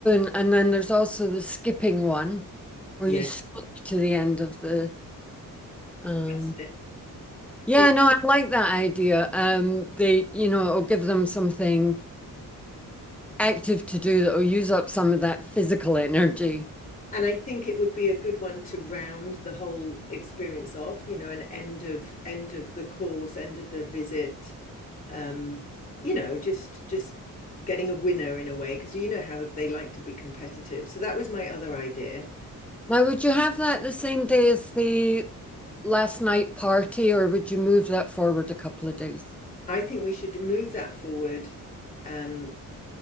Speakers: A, in the centre; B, on the left.
A: spoon. And then there's also the skipping one where
B: yes,
A: you skip to the end of the. Um...
B: that's it.
A: Yeah,
B: It-
A: no, I like that idea. Um, they, you know, it'll give them something active to do that will use up some of that physical energy.
B: And I think it would be a good one to round the whole experience off, you know, an end of end of the course, end of the visit. Um, you know, just just getting a winner in a way, because you know how they like to be competitive. So that was my other idea.
A: Now, would you have that the same day as the last night party, or would you move that forward a couple of days?
B: I think we should move that forward. Um,